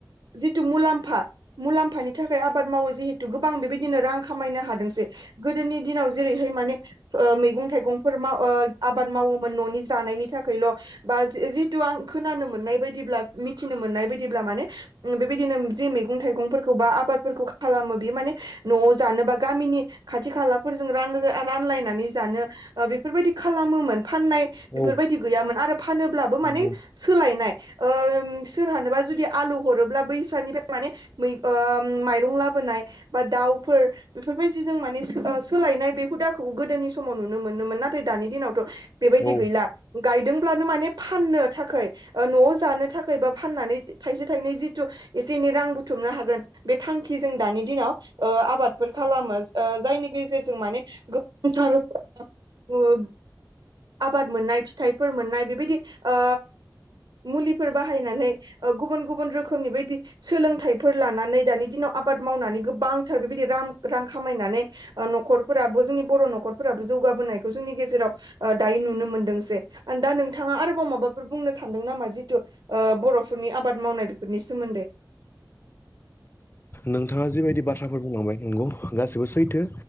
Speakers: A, on the right; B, on the left.
A: जिथु मुलाम्फा मुलाम्फानि थाखाय आबाद मावो जिहेथु गोबां बेबायदिनो रां खामायनो हादोंसै गोदोनि दिनाव जेरैहाय माने ओ मैगं थाइगंफोर माव ओ आबाद मावोमोन न'नि जानाय नि थाखायल' बा <unintelligible> थु आं खोनानो मोननाय बायदिब्ला मिथिनो मोननाय बायदिब्ला माने उम बेबायदिनो जि मैगं थाइगंफोरखौ बा आबादफोरखौ खालामो बिमाने न'आव जानोबा गामिनि खाथि खाला रानो रानला नानै जानो ओ बेफोरबायदि खालामोमोन फाननाय
B: औ
A: बेफोरबायदि गैयामोन आरो फानोब्लाबो
B: नंगौ
A: माने सोलायनाय ओम सोरहानोबा जुदि आलु हरोब्ला बैसानिफ्राय माने मैग ओम माइरं लाबोनाय बा दाउफोर बेफोरबायदि जों माने ओ सोलायनाय बे हु दाखौ गोदोनि समाव नुनो मोनोमोन नाथाय दानि दिनावथ' बेबायदि
B: औ
A: गैला गायदोंब्लानो माने फाननो थाखाय ओ न'आव जानो थाखाय बा फाननानै थाइसे थाइनै जिथु एसे एनै रां बुथुमनो हागोन बे थांखि जों दानि दिनाव ओ आबादफोर खालामो ओ जायनि गेजेरजों माने <unintelligible> आबाद मोननाय फिथाइफोर मोननाय बेबायदि ओ मुलिफोर बाहायनानै गुबुन गुबुन रोखोमनि बायदि सोलोंथाइफोर लानानै दानि दिनाव आबाद मावनानै गोबांथार बेबायदि रां रां खामायनानै न'खरफोराबो जोंनि बर' न'खरफोराबो जौगा बोनायखौ जोंनि गेजेराव ओ दायो नुनो मोनदों जे। दा नोंथाङा आरोबाव माबा सादों नामा ओ जिथु बर'फोरनि आबाद मावनाय बेफोरनि सोमोन्दै।
B: नोंथाङा जिबायदि बाथ्राफोर बुंलांबाय नंगौ गासिबो सैथो